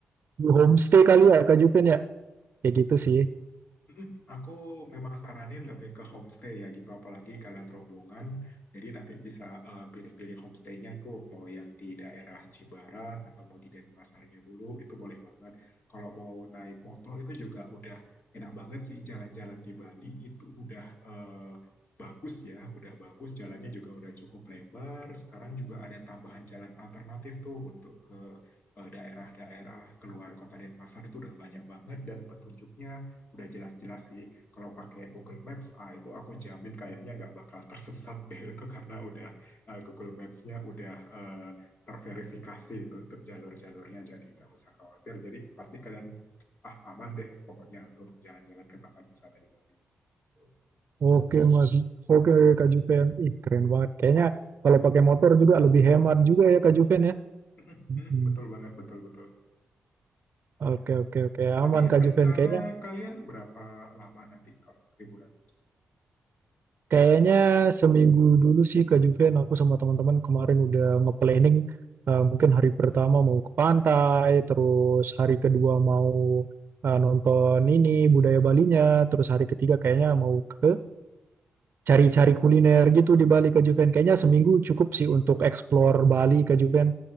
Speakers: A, on the right; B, on the left.
A: di homestay kali ya Kak Juven ya. Kayak gitu sih.
B: Mm, Aku memang saranin lebih ke homestay ya gitu, apalagi kalian rombongan. Jadi nanti bisa eh, pilih-pilih homestaynya tuh, mau yang di daerah Jimbaran atau mau di Denpasarnya dulu, itu boleh banget. Kalau mau naik motor itu juga udah enak banget sih, jalan-jalan di Bali itu udah eh, bagus ya, udah bagus, jalannya juga udah cukup lebar. Sekarang juga ada tambahan jalan alternatif tuh untuk ke eh, daerah-daerah keluar kota Denpasar itu udah banyak banget dan petunjuknya udah jelas-jelas sih kalau pakai Google Maps ah itu aku jamin kayaknya nggak bakal tersesat <laughs> deh itu karena udah eh, Google Maps-nya udah eh, terverifikasi itu untuk jalur-jalurnya jadi nggak usah khawatir jadi pasti kalian ah aman deh pokoknya untuk jalan-jalan ke tempat wisata di Bali Tuh.
A: Oke Mas, oke Kak Juven. Ih keren banget. Kayaknya kalau pakai motor juga lebih hemat juga ya Kak Juven ya.
B: <laughs>
A: Mm-mm.
B: betul banget betul betul
A: Oke
B: <laughs>
A: oke oke
B: tapi
A: aman Kak
B: rencana
A: Juven kayaknya
B: kalian berapa lama nanti kalau liburan
A: kayaknya seminggu dulu sih Kak Juven aku sama teman-teman kemarin udah nge-planning eh, mungkin hari pertama mau ke pantai terus hari kedua mau eh, nonton ini budaya Balinya terus hari ketiga kayaknya mau ke cari-cari kuliner gitu di Bali Kak Juven kayaknya seminggu cukup sih untuk explore Bali Kak Juven